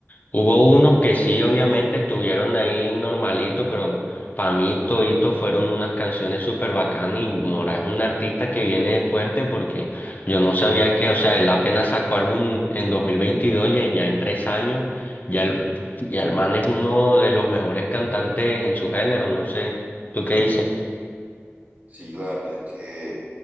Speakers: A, on the left (about 35°); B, on the right (about 35°).
A: Hubo unos que sí, obviamente, estuvieron ahí normalito, pero para mí todito fueron unas canciones súper bacanas y Mora es un artista que viene fuerte porque yo no sabía que, o sea, él apenas sacó álbum en 2022 y en- ya en tres años, ya el, ya el man es uno de los mejores cantantes en su género, no sé, ¿tú qué dices?
B: Sí, la verdad es que